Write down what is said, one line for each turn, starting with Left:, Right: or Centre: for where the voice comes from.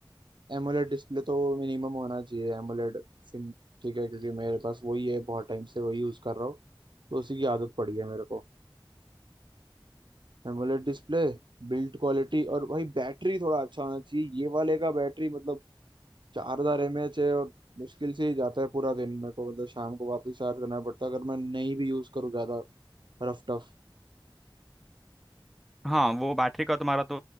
Right: एमोलेड डिस्प्ले तो मिनिमम होना चाहिए एमोलेड फिन ठीक है क्योंकि मेरे पास वही है बहुत टाइम से वही यूज़ कर रहा हूँ तो उसी की आदत पड़ी है मेरे को एमोलेड डिस्प्ले बिल्ड क्वालिटी और भाई बैटरी थोड़ा अच्छा होना चाहिए ये वाले का बैटरी मतलब चार हजार एम एच है और मुश्किल से ही जाता है पूरा दिन मेरे को मतलब शाम को वापस चार्ज करना पड़ता है अगर मैं नहीं भी यूज़ करूँ ज़्यादा Rough tough
Centre: हाँ वो बैटरी का तुम्हारा तो